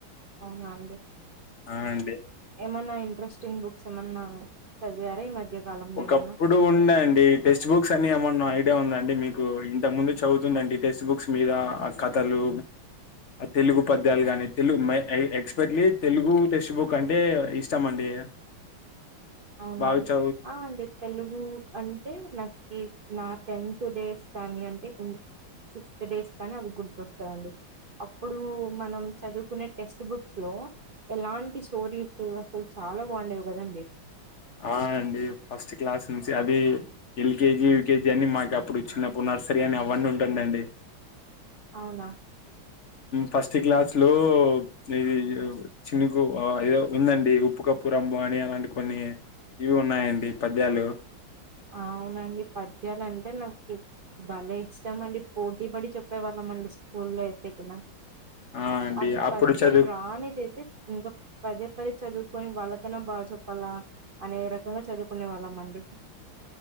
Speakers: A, on the right; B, on the left.
A: అవు రడి
B: ఆ అండి
A: ఏమనా ఇంట్రెస్టింగ్ బుక్స్ ఏమన్నాది అర మధ్య కాలంలో
B: ఒకప్పుడు
A: ఏమన్నా
B: ఉందండి టెక్స్ట్ బుక్స్ అని ఏమన్నా ఐడియా ఉందండి మీకు ఇంతకు ముందు చదువుతుందిండి టెక్స్ట్ బుక్స్ మీద ఆ కథలు తెలుగు పద్యాలు కానీ తెలుగు ఎక్స్పెక్ట్లీ తెలుగు టెక్స్ట్ బుక్ అంటే ఇష్టం అండి
A: అవునా
B: బవి
A: అండి
B: చ
A: ఆ అండి తెలుగు అంటే నాకు నా టెన్త్ డేస్ కానీ అంటే సిక్స్త్ డేస్ కానీ అవి గుర్తుొస్తాయిండి అప్పుడు మనం చదువుకునే టెక్స్ట్ బుక్స్ లో ఎలాంటి స్టోరీస్ అసలు చాలా బాగుండేవి కదండి
B: ఆ అండి ఫస్ట్ క్లాస్ నుంచి అది ఎల్కేజీ యూకేజీ అని మాకు అప్పుడు చిన్నప్పుడు నర్సరీ అని అవన్నీ ఉంటాండండి
A: అవునా
B: ఫస్ట్ క్లాస్ లో ఇది చినుకు ఏదో ఉందండి ఉప్పు కప్పు రంబు అని అలాంటి కొన్ని ఇవి ఉన్నాయండి పద్యాలు
A: అవునండి పద్యాలు అంటే నాకు బల ఇష్టం అండి పోటీ పడి చెప్పేవాళ్ళ అండి స్కూల్లో ఎతేకినా
B: ఆ అండి
A: అది
B: అప్పుడు
A: పద్యం
B: చదువు
A: రాణది ఇది ఇ పద చదువుకొని వాళ్ళకన బాగా చెప్పాలా అనే రకంగా చదువుకునే వాళ్ళం అండి